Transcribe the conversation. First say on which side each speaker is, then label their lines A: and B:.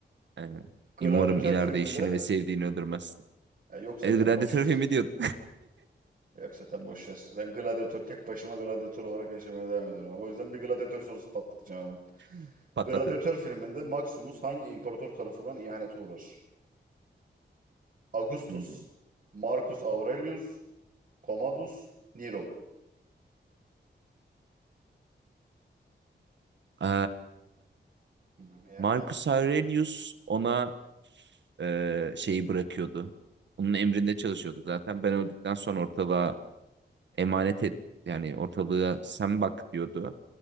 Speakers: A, on the right; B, on the right.
A: aynen.
B: Gladyatör
A: Umarım ileride
B: filminde
A: eşini ve sevdiğini öldürmezsin.
B: Ya yok zaten
A: El Gladiator
B: boşuz.
A: filmi diyordum.
B: ver. Yok zaten boş ver. Ben gladyatör tek başıma gladyatör olarak yaşamaya devam ediyorum. O yüzden bir gladyatör sorusu patlatacağım hemen.
A: <laughs> Patlat
B: Gladyatör
A: hadi.
B: filminde Maximus hangi imparator tarafından ihanete uğrar? Augustus,
A: Hmm.
B: Marcus Aurelius, Commodus, Nero.
A: Ee,
B: Hmm, ya
A: Marcus Aurelius ona e, şeyi bırakıyordu. Onun emrinde çalışıyordu zaten. Ben öldükten sonra ortalığa emanet et yani ortalığa sen bak diyordu.